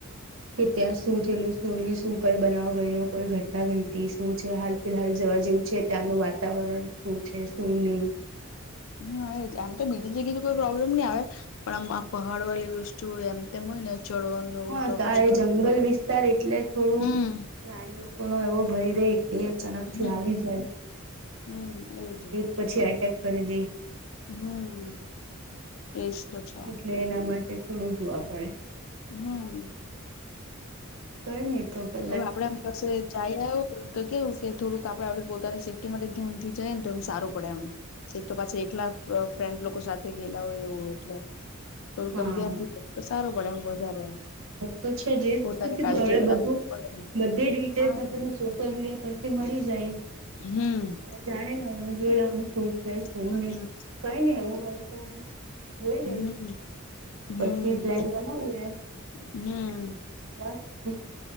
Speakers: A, on the right; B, on the left.
A: કે ત્યાં શું થયેલું શું શું કઈ બનાવ બયનો કોઈ ઘટના ઘટી શું છે હાલ ફિલહાલ જવા જેવું છે ત્યાંનું વાતાવરણ શું છે શું નહી
B: હમ હા જ એમ તો બીજી જગ્યાથી કોઈ પ્રોબ્લેમ નહી આવે પણ આમ આ પહાડ વાલી વસ્તુ એમ તેમ હોય ને ચડવાનું એવું
A: હા તો
B: પછી
A: આ એ
B: ચડવું
A: જંગલ
B: પડે
A: વિસ્તાર એટલે થોડું
B: હમ્મ
A: પ્રાણી લોકો નો એવો ભય રે કે અચાનક થી
B: હમ્મ
A: આવી જાય
B: હમ એવુ
A: પછી એટેક કરી દઈ
B: હમ એસ તો છે
A: એટલે એના માટે થોડું જોવા પડે
B: હમ
A: કહી <inaudible>
B: હવે આપડે એમપસી જાય ને આવ તો કેવું કે થોડુંક આપડે આપ પોતાની સેફ્ટી માટે ધ્યાનથી જઈએ ને તો એમ સારું પડે એમ એક તો પાછી એકલા અ ફ્રેન્ડ લોકો સાથે ગયેલા હોય એવું એટલે થોડુંક
A: હા
B: એમ ધ્યાન થી <inaudible> તો સારું પડે એમ વધારે એમ
A: તો છે જે
B: પોતાની
A: કીધું
B: કાળજી
A: હવે
B: તો
A: બધું
B: રાખવી પડે ને.
A: બધી ડિટેલ્સ
B: હા
A: આપને સોશિયલ મીડિયા પરથી મળી જાય
B: હમ
A: જાણી લેવાનું જોઈ લેવાનું શું છે શું
B: હમ
A: નઈ કઈ નઈ એવું હોય તો જોઈ
B: હમ
A: લઈ પછી
B: હમ
A: પ્લાન બનાવીએ
B: હમ
A: <inaudible>